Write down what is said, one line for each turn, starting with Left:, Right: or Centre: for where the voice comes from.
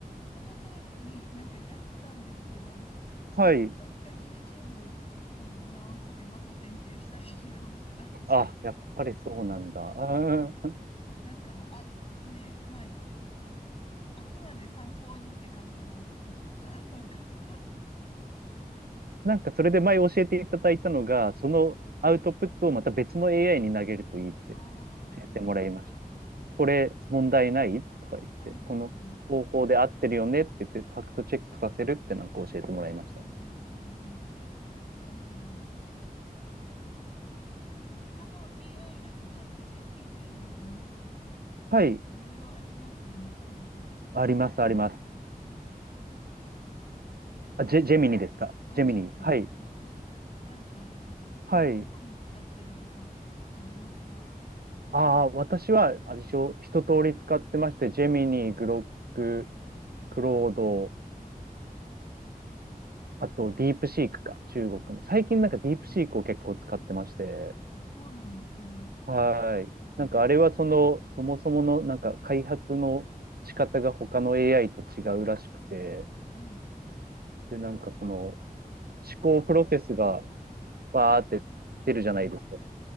Left: その通りになんかやったんですけど、なんかもう一回
Right: はい。
Left: YouTube を見直して、また選定したりしました。
Right: あ、やっぱりそうなんだ。うん
Left: なんか、あ、ねえ、まあ、いあくまで参考にって感じなのかな、なんか <laughs>
Right: なんかそれで前教えていただいたのが、そのアウトプットをまた別の AI に投げるといいって
Left: ああ、
Right: 教えてもらいました。
Left: なるほど。
Right: これ問題ないとか言って、
Left: はいはいはいはい。
Right: この方法で合ってるよねって言って、ファクトチェックさせるってなんか教えてもらいましたね。
Left: うんうんうんうんうん。なるほど。なんか他の AI だとチャット GPT の他に
Right: はい、
Left: なんかいろいろありますよね。なんか G
Right: あります、あります。
Left: とかでしたっけ ?Google、
Right: あ、ジェ、ジェミニですか。
Left: あ、
Right: ジェミニ。
Left: ジェミニーか。
Right: はい、
Left: <laughs> なんか
Right: はい。
Left: どんなもの使ってるとかありますか
Right: ああ、私は、あ一応、一通り使ってまして、ジェミニ、グロック、クロード、あと、ディープシークか、中国の。最近なんかディープシークを結構使ってまして、
Left: あ、そうなんですね。
Right: はい。
Left: えー
Right: なんかあれはその、そもそものなんか開発の仕方が他の AI と違うらしくて、
Left: はい。
Right: で、なんかその思考プロセスがバーって出るじゃないですか。